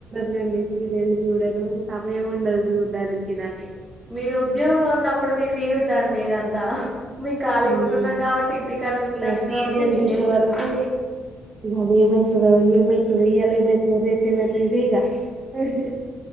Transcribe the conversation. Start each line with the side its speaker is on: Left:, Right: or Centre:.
Right: నండి సీరియల్ చూడను సమయం ఉండదు చూడడానికి నాకి
Centre: మీరు ఉద్యోగంలో ఉన్నప్పుడు మీకు తీరుద్దా అండి ఇదంతా? మేము ఖాళీగా
Right: ఉమ్
Centre: ఉంటున్నాం కాబట్టి ఇంటికాన్నే ఉంటానం
Right: ఇగ సీరియల్
Centre: కాబట్టి మేము
Right: చూసే
Centre: చేస్తున్నా
Right: వరకు అది ఏం అయిస్సధో ఏం అయి ఈయల ఎమ్మైత ధో, రేపు ఏమైతది ఇదేగా హ్హ్